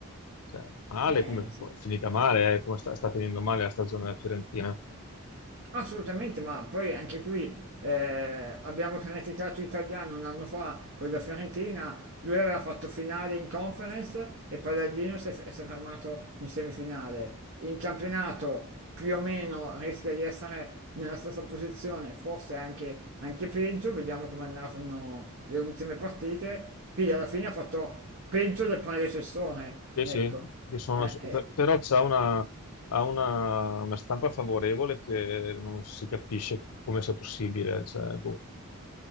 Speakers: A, on the left; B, on the right.
A: cioè, male,
B: Eh,
A: come, finita male, eh, come sta, sta finendo male la stagione della Fiorentina.
B: Assolutamente, ma poi anche qui eh, abbiamo criticato Italiano un anno fa con la Fiorentina, lui aveva fatto finale in conference e Palladino si è, si è fermato in semifinale. In campionato più o meno rischia di essere nella stessa posizione, forse anche, anche peggio, vediamo come andranno le ultime partite. Quindi alla fine ha fatto peggio del predecessore,
A: Sì,
B: ecco.
A: sì, io sono-
B: Eh, Sì, eh,
A: per-
B: sì.
A: però c'ha una, ha una, una stampa favorevole che non si capisce come sia possibile. cioè, boh.